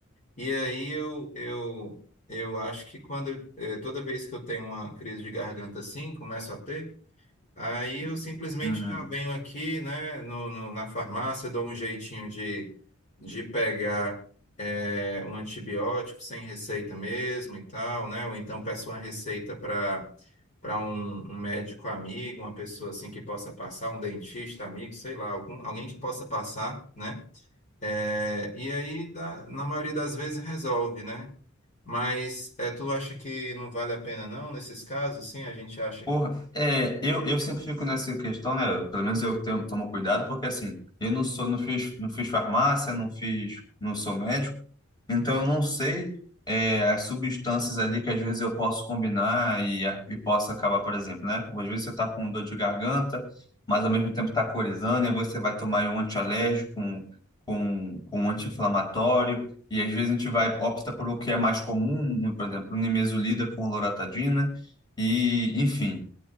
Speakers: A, on the left; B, on the left.
A: E aí eu, eu, eu acho que quando, eh, toda vez que eu tenho uma crise de garganta assim, começo a ter. Aí eu simplesmente
B: Uhum.
A: já venho aqui, né, no, no- na farmácia, dou um jeitinho de, de pegar é, um antibiótico sem receita mesmo e tal, né? Ou então peço uma receita para para um, um médico amigo, uma pessoa assim que possa passar, um dentista amigo, sei lá, algum, alguém que possa passar, né? É, e aí, dá- na maioria das vezes, resolve, né? Mas é, tu acha que não vale a pena não, nesses casos, sim, a gente acha
B: Porra,
A: que...
B: é, eu, eu sempre fico nessa questão, né? Pelo menos eu tenho, tomo cuidado, porque assim, eu não sou, não fiz, não fiz farmácia, não fiz, não sou médico, então eu não sei é, as substâncias ali que às vezes eu posso combinar e, a- e posso acabar, por exemplo, né? Às vezes você tá com dor de garganta, mas ao mesmo tempo tá corizando, e aí você vai tomar aí um antialérgico, um, com, com um anti-inflamatório, e às vezes a gente vai, opta por o que é mais comum, por exemplo, nimesulida com loratadina, e enfim